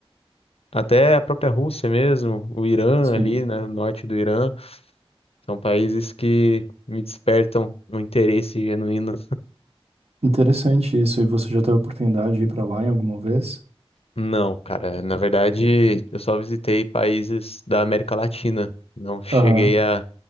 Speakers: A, on the left (about 70°); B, on the right (about 80°).
A: até a própria Rússia mesmo, o Irã
B: Sim.
A: ali, né, o norte do Irã, são países que me despertam um interesse genuíno
B: Interessante isso. E você já teve a oportunidade de ir pra lá em alguma vez?
A: Não, cara, na verdade, eu só visitei países da América Latina. Não cheguei
B: Aham.
A: a